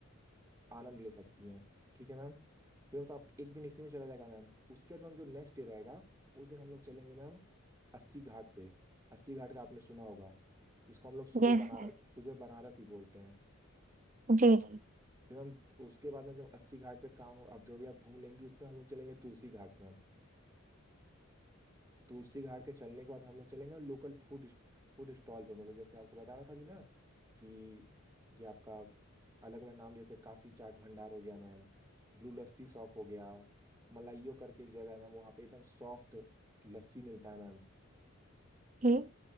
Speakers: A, on the right; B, on the right.
A: आनंद ले सकती हैं ठीक है मैम फिर तो आप एक दिन इसी में चला जाएगा मैम उसके बाद मैम जो नेक्स्ट डे रहेगा उस दिन हम लोग चलेंगे मैम अस्सी घाट पे अस्सी घाट का आपने सुना होगा इसको हम लोग सुबह
B: Yes
A: बनारस
B: yes
A: सुबह बनारस ही बोलते हैं
B: जी जी
A: फिर हम उसके बाद में जब अस्सी घाट पे काम हो, आप जो भी आप घूम लेंगी उसके बाद हम लोग चलेंगे तुलसी घाट में तुलसी घाट के चलने के बाद हम लोग चलेंगे लोकल फूड फूड स्टॉल पे मतलब जैसे आपको बता रहा था अभी ना कि ये आपका अलग अलग नाम जैसे काशी चाट भंडार हो गया मैम ब्लू लस्सी शॉप हो गया मलाइयो करके एक जगह है मैम वहाँ पे एकदम सॉफ्ट लस्सी मिलता है मैम
B: ठीक